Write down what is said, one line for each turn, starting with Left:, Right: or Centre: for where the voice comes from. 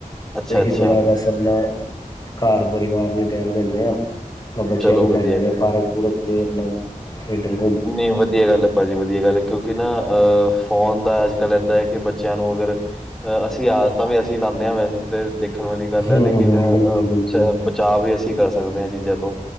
Centre: ਅੱਛਾ
Left: ਏਹੀ
Centre: ਅੱਛਾ
Left: ਥੋੜ੍ਹਾ ਬਸ ਆਪਣਾ, ਕਾਰ ਪਰਿਵਾਰ ਨੂੰ ਟੈਮ ਦੇਣੇ ਆ। ਬ ਬੱਚਿਆਂ
Centre: ਚਲੋ
Left: ਨੂੰ ਲੈ
Centre: ਵਧੀਆ
Left: ਜਾਂਣੇ
Centre: ਗੱਲ
Left: ਆ ਪਾਰਕ ਪੂਰਕ, ਤੇ ਆਪਣਾ ਖੇਡਣ
Centre: ਨਈ ਵਧ ਧੀਆ ਗੱਲ ਏ ਭਾਜੀ, ਵਧੀਆ ਗੱਲ ਏ, ਕਿਉਂਕਿ ਨਾ ਅਹ ਫੋਨ ਦਾ ਅੱਜ ਕੱਲ੍ਹ ਏਦਾਂ ਹੈ ਕਿ ਬੱਚਿਆਂ ਨੂੰ ਅਗਰ ਅ ਅਸੀਂ ਆਦਤਾਂ ਵੀ ਅਸੀਂ ਲਾਣੇ ਆ, ਵੈਸੇ ਤੇ ਦੇਖਣ ਵਾਲੀ ਗੱਲ ਹੈ
Left: ਹਮ
Centre: ਲੇਕਿਨ
Left: ਹਮ
Centre: ਅਹ-ਅਹ
Left: ਬਿਲਕੁਲ ਬਿਲਕੁਲ
Centre: ਚ ਬ ਚਾਵ ਵੀ ਅਸੀਂ ਕਰ ਸਕਦੇ ਹਾਂ ਏਹ ਚੀਜ਼ਾਂ ਤੋਂ,